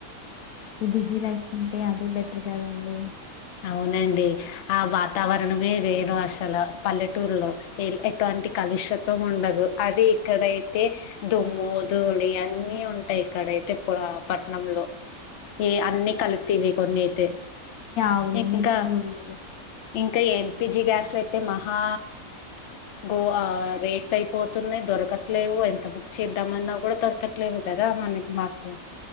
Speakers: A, on the left; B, on the left.
A: ఈ బిజీ లైఫ్ కంటే అదే బెటర్ కదండి
B: అవునండి ఆ వాతావరణమే వేరు అసలు పల్లెటూర్లో ఎటువంటి కలుషతం ఉండదు అది ఇక్కడైతే దుమ్ము దూలి అన్ని ఉంటాయి ఇక్కడైతే ప పట్నంలో ఏ అన్నీ కలితివే కొన్ని అయితే
A: అవును
B: ఇంకా
A: మీ పోళ్లు
B: ఇంకా ఎల్పిజి గ్యాస్లు అయితే మహా గో ఆ రేట్ అయిపోతున్నాయి దొరకట్లేవు ఎంత బుక్ చేద్దామన్నా కూడా దొరకట్లేవు కదా మనకి మాకు